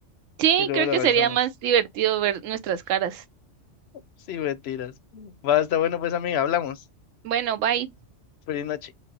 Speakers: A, on the right; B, on the left.
A: Sí,
B: y luego
A: creo
B: lo
A: que
B: analizamos.
A: sería más divertido ver nuestras caras.
B: Sí, mentiras. Va, está bueno, pues amiga, hablamos.
A: Bueno, bye.
B: Feliz noche.